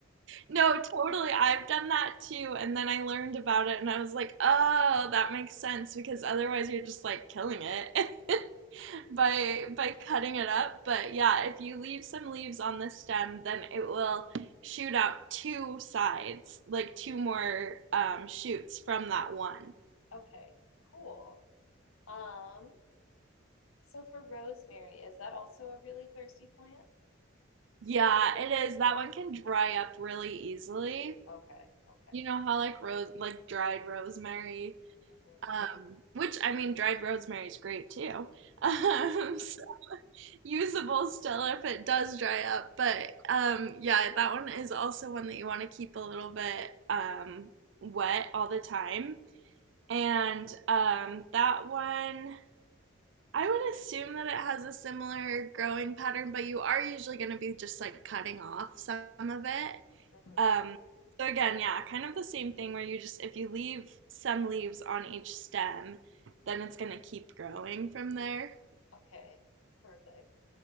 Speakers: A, on the right; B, on the left.
A: no,
B: <laughs>
A: totally. I've done that too, and then I learned about it and I was like, "Oh, that makes sense because otherwise you're just like killing it." <laughs> by by cutting it up. But yeah, if you leave some leaves on the stem, then it will shoot out two sides, like two more um, shoots from that one.
B: Okay, cool. Um, so for rosemary, is that also a really thirsty plant?
A: Yeah, it is. That one can dry up really easily.
B: Okay, okay.
A: You know how like rose like dried rosemary,
B: hmm
A: um, which I mean dried rosemary is great too. <laughs> Um, usable still if it does dry up. But um, yeah, that one is also one that you want to keep a little bit um, wet all the time. And um, that one, I would assume that it has a similar growing pattern, but you are usually going to be just like cutting off some of it.
B: hmm
A: Um, so again, yeah, kind of the same thing where you just if you leave some leaves on each stem, then it's going to keep growing from there.
B: Okay, perfect.